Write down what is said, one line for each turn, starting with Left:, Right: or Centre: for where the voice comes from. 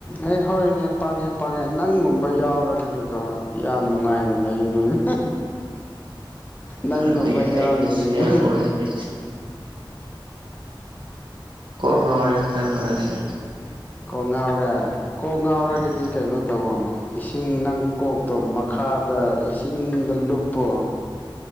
Left: ꯑꯦ ꯍꯣꯏꯅꯦ ꯄꯪꯉꯦ ꯄꯪꯉꯦ ꯅꯪꯒꯨꯝꯕ ꯌꯥꯎꯔꯒꯗꯤꯀꯣ ꯌꯥꯝ ꯅꯨꯡꯉꯥꯏꯅ ꯂꯩꯗꯣꯏꯅꯦ꯫ ꯅꯪꯒꯨꯝꯕ
Right: ꯑꯗꯒꯤ ꯑꯩꯅꯁꯦꯝꯕ
Left: ꯌꯥꯎꯗꯕꯩꯅꯦ
Right: ꯑꯣꯏꯔꯗꯤ꯫ ꯀꯣꯛ ꯉꯥꯎꯔꯦ ꯍꯟꯗꯛꯃꯔꯛꯁꯦ꯫
Left: ꯀꯣꯛ ꯉꯥꯎꯔꯦ ꯀꯣꯛ ꯉꯥꯎꯔꯒꯗꯤ
Right: ꯎꯝ
Left: ꯀꯩꯅꯣ ꯇꯧꯋꯣ ꯏꯁꯤꯡ ꯏꯁꯤꯡ ꯅꯪ ꯀꯣꯛꯇꯣ ꯃꯈꯥꯗ ꯏꯁꯤꯡꯗ ꯂꯨꯞꯄꯣ꯫